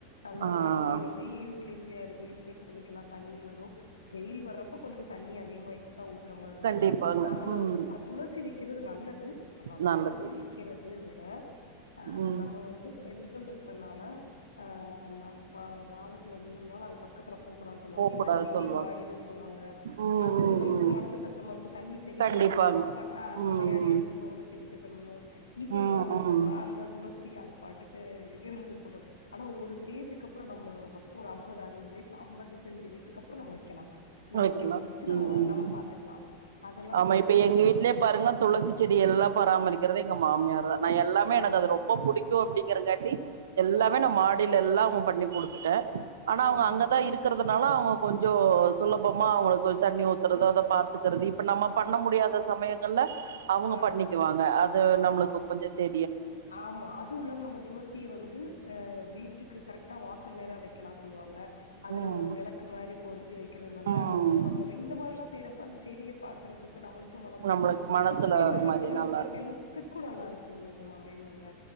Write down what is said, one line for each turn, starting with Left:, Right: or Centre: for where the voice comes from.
Left: நல்ல
Right: ஆ
Left: மழ பெயிறப்பயு
Right: ஆ
Left: இக்லிசியா இருக்கு யு பி எஸ் பண்ணிக்கலா தண்ணி வரு வெயில் வர்றப்ப கொஞ்சோ தண்ணி அதிகமா எக்ஸ்ட்ரா ஊத் ஊத்தர மாரி இருக்கு
Right: கண்டிப்பாங்க
Left: அதுல
Right: ம்
Left: ஆ துளசி வெக்கிறது நல்லது ஆனா
Right: நல்லது
Left: து சி வெக்கிறது து விட ஆ
Right: ம்
Left: நம்ம வந்து பெண்கள் இருக் இருக்குறனால ஆ மா மா மாதத்துல மூணு நாள் அது பக்கத்துல போக்கூடான் சொல்வாங்க
Right: போ
Left: இல்லன்னா
Right: கூடாது
Left: செடி
Right: சொல்லுவாங்க
Left: வாடிருன் சொல்வாங்க
Right: ம்
Left: அது
Right: ம்
Left: நம்மளுக்கு
Right: ம்
Left: மனசு கஷ்டமா இருக்கு தண்ணி தெளிக்காம
Right: கண்டிப்பாங்க
Left: நம்ம பன்ன அ
Right: ம்
Left: நம்ம யாரையாவது ஒருத்தவங்கள செடி கெஜன்மு இது
Right: ம்
Left: எல்லா வெக்கிறப்ப
Right: ம்
Left: அந்த துளஸ் சி அது பாட்டுக்கு இருந்துட்டு போட்டு ஆனா ஒரு ஸ்டேஜுக்கு அப்புறோ நம்ம வெப்போ ஒரு ஐம்பது அறுவது வயிசு அம்பத்தஞ்சு வயசுக்கப்புறோ நம்ம வெக்கலா நம்ம
Right: வைக்கலா
Left: வீட்ல வெச்சு நம்ம
Right: ம்
Left: நம் பாத்துக்கலா அதெல்லா
Right: ஆமா இப்ப
Left: நெஜமா
Right: எங்க வீட்லயே பாருங்க துளசி செடி எல்லா பராமரிக்கிறது எங்க மாமியார் தா நா எல்லாமே
Left: ஆமா
Right: எனக்கு அது ரொம்போ புடிக் கு அப்டிங்கறங்காட்டி எல்லாமே
Left: ஆ
Right: நா மாடில எல்லாமும் பண்ணி குடு த்துட்ட ஆனா அவங்க
Left: ம்
Right: அங்கதா இருக் இருக்குறதுனால அவங்க கொஞ்சோ சுலபமா அவங்களுக்கு தண்ணி ஊத்துறத அத பாத்து தறது இப்ப நம்ம பண்ண முடியாத சமயங்கள்ல அவங்க
Left: ஆ
Right: பண்ணிக்குவாங்க அது
Left: ஆமா
Right: நம்மளுக்கு கொஞ்சோ தெ
Left: ஆமா அது உள்ளம் நம்மளுக்கு துளசிய வந்து அ வீட் வீட்டுக்கு கரெக்டா வாசல் நேரா வெக்கலான் சொல்வாங்க அதுல
Right: ம்
Left: ஒரு வெளக்கு மாரி பொருத்தி வெக்கிறதுனாலது
Right: ம்
Left: அங்க கோலம் போடுறோ இந்த மாரில்லா செய்யறப்ப அந்த செடிய பாக்குறதுக்கு நம்மளுக்கு மனசு
Right: நம்மளுக்கு மனசுல
Left: சுத்தி
Right: ஒரு
Left: வர்றப்ப
Right: மாரி
Left: நம்மளுக்கு
Right: நல்லா இருக்கு
Left: ஹெல்த்துக்கு நல்லா இருக்கும்ல நெஜமாவேம்முங்க